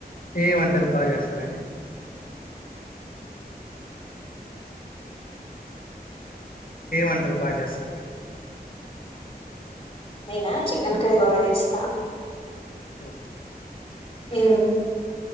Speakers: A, on the left; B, on the left.
A: ఏ వంటలు బాగా చేస్తారం అండి ఏ వంటలు బాగా చేస్తారు మీరు
B: నేనా చికెన్ కర్రీ బాగా చేస్తా
A: ఓ,
B: ఆ